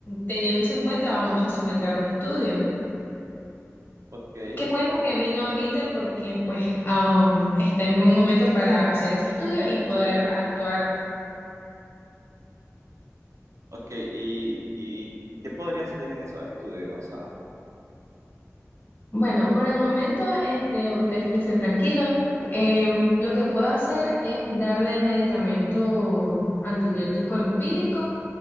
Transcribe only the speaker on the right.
Ok,
ok, ¿y, y, y qué podría salir en esos estudios? O sea,